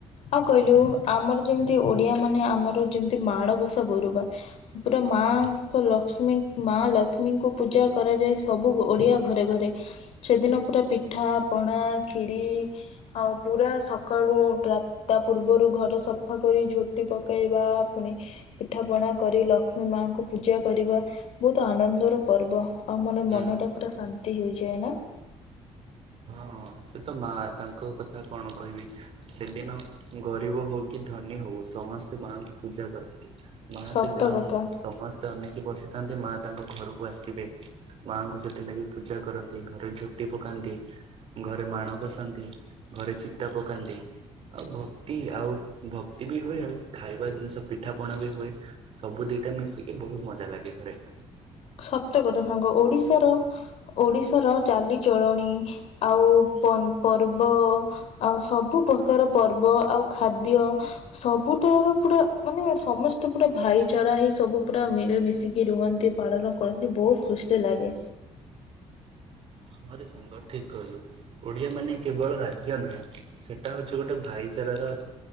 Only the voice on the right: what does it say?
ହୁଁ
ହଁ ସେ ତ ମା', ତାଙ୍କ କଥା କ'ଣ କହିବି! ସେଦିନ ଗରିବ ହଉ କି ଧନି ହଉ ସମସ୍ତେ ମାଆ ପୁ? ପୂଜା କରନ୍ତି। ମା
ସେଦିନ,
ସମସ୍ତେ ଅନେଇକି ବସିଥାନ୍ତି ମା ତାଙ୍କ ଘରୁକୁ ଆସିବେ। ମାଆଙ୍କୁ ସେଥି ଲାଗି ପୂଜା କରନ୍ତି, ଘରେ ଝୋଟି ପକାନ୍ତି। ଘରେ ମାଣ ବସାନ୍ତି, ଘରେ ଚିତା ପକାନ୍ତି। ଆଉ ଭକ୍ତି ଆଉ ଭକ୍ତି ବି ହୁଏ, ଆଉ ଖାଇବା ଜିନ୍‌ଷ ପିଠା ପଣା ବି ହୁଏ। ସବୁ ଦିଟା ମିଶିକି ବହୁତ୍ ମଜା ଲାଗେ ଘରେ।
ହଁ, ରେ ସାଙ୍ଗ ଠିକ୍ କହିଲୁ। ଓଡ଼ିଆ ମାନେ କେବଳ ରାଜ୍ୟ ନୁହେଁ, ସେଟା ହଉଚି ଗୋଟେ ଭାଇ ଚାରାର